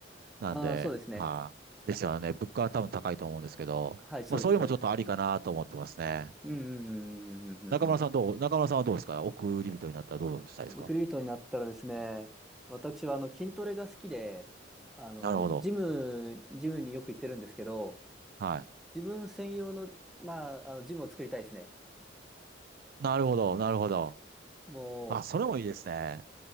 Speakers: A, on the right; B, in the centre.
A: なんで、
B: ああ、そうですね。
A: まあ、ですよね。物価は多分高いと思うんですけど、
B: はい、そうです、
A: まあそういうのもちょっとありかなと思ってますね。
B: そうです。うん、うん、うん、うん、うん。
A: 中村さんどう、
B: うんうん
A: 中村さんはどうですか億り人になったらどうしたいですか
B: 送り人になったらですね、私はあの筋トレが好きで、あの、
A: なるほど。
B: ジム、ジムによく行ってるんですけど、
A: はい。
B: 自分専用の、まあ、あの、ジムを作りたいですね。
A: なるほど、なるほど。
B: もう、
A: あ、それもいいですね。